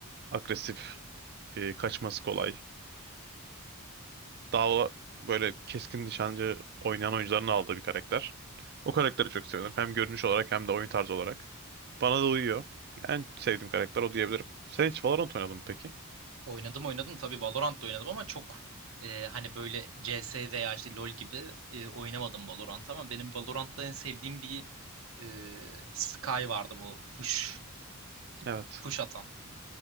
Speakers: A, on the right; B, on the right.
A: agresif, e, kaçması kolay. Daha o- böyle keskin nişancı oynayan oyuncuların aldığı bir karakter. O karakteri çok seviyorum. Hem görünüş olarak hem de oyun tarzı olarak. Bana da uyuyor. En sevdiğim karakter o diyebilirim. Sen hiç Valorant oynadın mı peki?
B: Oynadım oynadım tabii Valorant'ta oynadım ama çok e, hani böyle CS veya işte LoL gibi e, oynamadım Valorant ama benim Valorant'ta en sevdiğim bir e, Sky vardı bu kuş
A: Evet.
B: kuş atan.